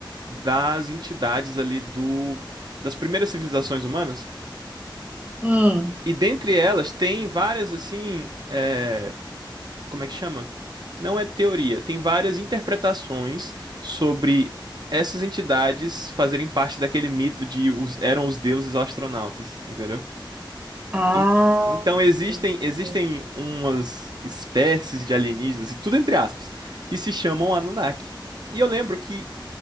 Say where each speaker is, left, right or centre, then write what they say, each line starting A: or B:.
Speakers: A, on the right; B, on the right.
A: das entidades ali do das primeiras civilizações humanas.
B: Hum.
A: E dentre elas tem várias assim, é, como é que chama? Não é teoria, tem várias interpretações sobre essas entidades fazerem parte daquele mito de os, eram os deuses astronautas, entendeu?
B: Ah,
A: En- Então existem
B: entendi.
A: existem umas espécies de alienígenas e tudo entre aspas que se chamam Anunnaki. E eu lembro que